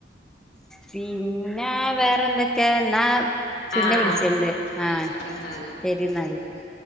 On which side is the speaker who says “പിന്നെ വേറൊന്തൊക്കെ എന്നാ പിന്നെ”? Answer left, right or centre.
Centre